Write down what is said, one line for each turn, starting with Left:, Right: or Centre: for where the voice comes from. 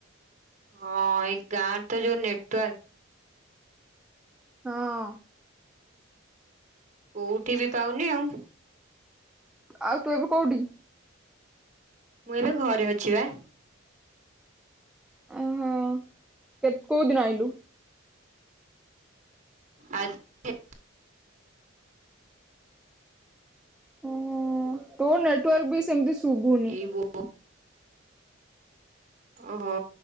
Right: ହଁ ଏଇ ଗାଁରେ ତ ଯୋଉ ନେଟୱାର୍କ।
Centre: ହଁ।
Right: କୋଉଠି ବି ପାଉନି ଆଉ।
Centre: ଆଉ ତୁ ଏବେ କୋଉଠି?
Right: ମୁଁ ଏବେ ଘରେ ଅଛି ବା।
Centre: ଅହୋ କେ କୋଉ ଦିନ ଆଇଲୁ?
Right: ଆ <unintelligible>
Centre: ଉମ ତୋ ନେଟୱାର୍କ ବି ସେମତି ଶୁଭୁନି।
Right: <unintelligible> ଓହୋ